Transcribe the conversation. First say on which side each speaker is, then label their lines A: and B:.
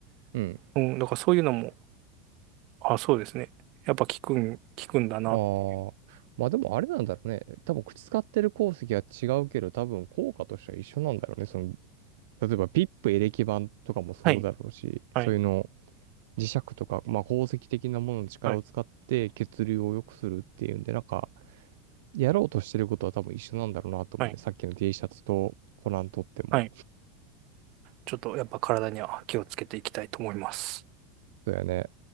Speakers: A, on the right; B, on the right.
A: うん。
B: うん、だからそういうのも、あ、そうですね。やっぱ効くん、効くんだなって。
A: ああ。まあでもあれなんだろうね。多分口使ってる鉱石は違うけど、多分効果としては一緒なんだろうね。その、例えばピップエレキ板とかもそうだろうし、
B: はい、はい、
A: そういうの、磁石とか、まあ鉱石的なものの力を使って血流を良くするっていうんで、
B: はい、
A: なんか、やろうとしてることは多分一緒なんだろうなと思うね。
B: はい。
A: さっきの T シャツとコナンとっても。
B: はいちょっとやっぱ体には気をつけていきたいと思います。
A: そうやね。